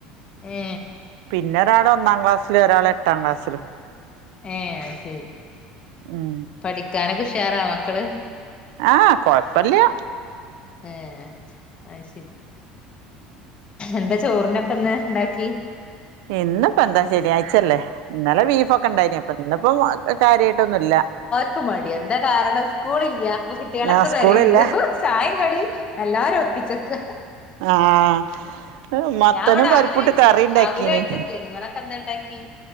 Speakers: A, on the left; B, on the right.
A: ഏ
B: പിന്നെ ഒരാൾ ഒന്നാം ക്ലാസ്സിലും ഒരാൾ എട്ടാം ക്ലാസ്സിലും
A: ഏ അ ശരി
B: ഉം
A: പഠിക്കാനൊക്കെ ഉുഷാറാ മക്കള്
B: ആഹ കുഴപ്പല്യ
A: ഏ അത് ശരി എന്താ ചോറിനൊക്കെ ഇന്ന് ഉണ്ടാക്കി
B: ഇന്നപ്പോ എന്താ ശരി ശനിയാഴ്ച അല്ലേ ഇന്നലെ ബീഫ് ഒക്കെണ്ടായിനി അപ്പ ഇന്നിപ്പോ കാര്യയിട്ടൊന്നുല്ല
A: ക്കും മടിയ എന്താ കാരണം സ്കൂളില്യ പ്പ കുട്ടികളൊക്കെ
B: ആഹ് സ്കൂളില്ല
A: പേരെണ്ട് ചായ കടിയുംഎല്ലരും ഒപ്പിച്ചക്ക
B: ആഹ മത്തനും
A: ഇവിടെ
B: പരിപ്പിട്ട്
A: അവില് വെച്ചു
B: കറി ഉണ്ടാക്കീന്
A: അവില് വെച്ചെക്കെ നിങ്ങളൊക്കെ എന്തെണ്ടാക്കി